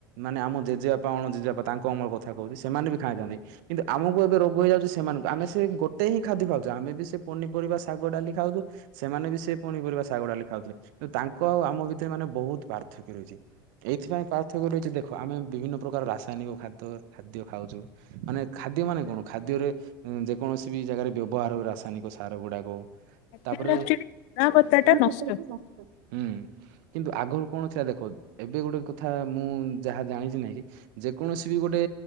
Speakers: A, on the right (about 65°); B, on the left (about 60°).
A: ମାନେ ଆମ ଜେଜେବାପା ଅଣ ଜେଜେପା ତାଙ୍କ ଅମଳ କଥା କହୁଛି, ସେମାନେ ବି ଖାଇଥାନ୍ତି। କିନ୍ତୁ ଆମକୁ ଏବେ ରୋଗ ହେଇଯାଉଛି ସେମାନଙ୍କୁ ଆମେ ସେ ଗୋଟେ ହିଁ ଖାଦ୍ୟ ଖାଉଛୁ ଆମେ ବି ସେ ପନିପରିବା ଶାଗ ଡାଲି ଖାଉଛୁ। ସେମାନେ ବି ସେ ପୁଣିିପରିବା ଶାଗ ଡାଲି ଖାଉଥିଲେ କିନ୍ତୁ ତାଙ୍କ ଆଉ ଆମ ଭିତରେ ମାନେ ବହୁତ ପାର୍ଥକ୍ୟ ରହିଛି। ଏଇଥିପାଇଁ ପାର୍ଥକ୍ୟ ରଛି ଦେଖ ଆମେ ବିଭିନ୍ନ ପ୍ରକାର ରାସାୟନିକ ଖାଦ୍ୟ ଖାଦ୍ୟ ଖାଉଛୁ। ମାନେ ଖାଦ୍ୟ ମାନେ କଣ ଖାଦ୍ୟରେ ଯେକୌଣସି ବି ଜାଗାରେ ବ୍ୟବହାର ହ ରାସାୟନିକ ସାର ଗୁଡାକ ତାପରେ
B: ଅନାବତା
A: <unintelligible>
B: ଟା ନଷ୍ଟ ହୁଏ।
A: ଉଁ ହୁଁ କିନ୍ତୁ ଆଗରୁ କଣ ଥିଲା ଦେଖ ଏବେ ଗୋଟେ କଥା। ମୁଁ ଯାହା ଜାଣିଛି ନାଇଁ କି ଯେକୌଣସି ବି ଗୋଟେ